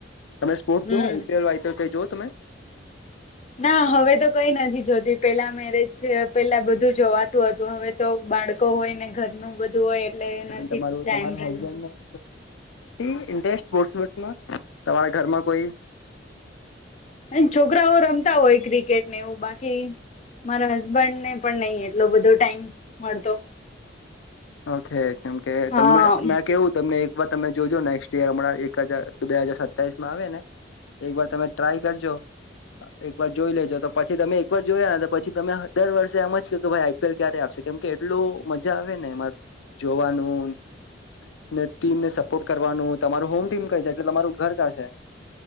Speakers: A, on the left; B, on the left.
A: તમે સ્પોર્ટ્સ
B: હમ
A: જોઓ આઈપીએલ વાઈપીએલ કઈ જોઓ તમે.
B: ના હવે તો કઈ નથી જોતી પેલા મેરેજ પેલા બધું જોવા. હતું હવે તો બાળકો હોય ને ઘરનું બધું હોય. એટલે નથી
A: તમારું
B: ટાઈમ
A: તમારું
B: રહેતો
A: હસબન્ડ. ઇન્ટરેસ્ટમાં તમારા ઘરમાં. કોઈ.
B: અને રમતા હોય ક્રિકેટનેું બાકી મારા હસબન્ડ. ને પણ નહી એટલો બધો ટાઈમ મળતો.
A: ઓકે કેમ કે
B: હા
A: તમને મે કેવું તમને એક વાર તમે જોજો નેક્સ્ટ ઈયર હણાં. એક હજાર બે હાજાર સતાવીસ માં આવે ને એક વાર તમે ટ્રાય કરજો. એક વાર જોઈ લેજો તો પછી તમે એક વાર જોયાને પછી તમે દર વર્ષે એમજ કે કે ભાઈ આઈપીએલ ક્યારે આપશે. કેમકે એટલું મજા આવે મારે જોવાનું. ને ટીમને સપોર્ટ કરવાનું તમારું હોમ ટીમ કઈ છે એટલે તમારું ઘર કાં છે